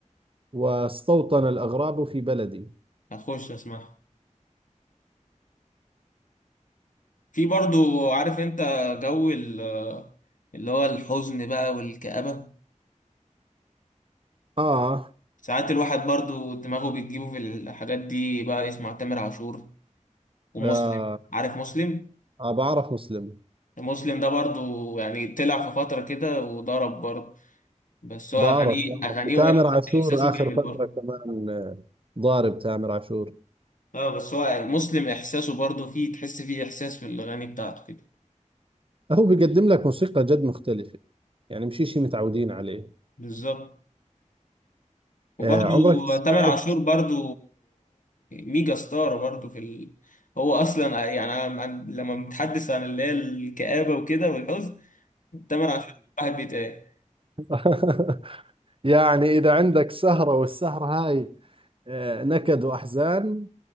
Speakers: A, on the right; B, on the left.
A: واستوطن الأغراب في بلدي
B: هخش اسمعها في برضو عارف انت جو ال- اللي هو الحزن بقى والكآبة
A: آه,
B: ساعات الواحد برضو دماغه بتجيبه في الحاجات دي بقى يسمع تامر عاشور ومسلم
A: آه
B: عارف مسلم
A: آه بعرف مسلم
B: مسلم ده برضو يعني طلع في فترة كده وضرب برضو بس
A: بعرف
B: هو أغانيه
A: بعرف
B: أغانيه
A: تامر
B: وإحساسه
A: عاشور آخر
B: جامد
A: فترة
B: برضو
A: كمان آه، ضارب تامر عاشور
B: اه بس هو مسلم إحساسه برضو فيه تحس فيه إحساس في الأغاني بتاعته كده
A: هو بيقدم لك موسيقى جد مختلفة يعني مش شيء متعودين عليه
B: بالظبط وبرضه
A: آه عمرك سمعت
B: تامر عاشور برضه ميجا ستار برضه في ال... هو اصلا يعني أنا لما بنتحدث عن اللي هي الكآبة وكده والحزن تامر عاشور واحد بيتهيألي
A: <laughs> يعني إذا عندك سهرة والسهرة هاي آه نكد وأحزان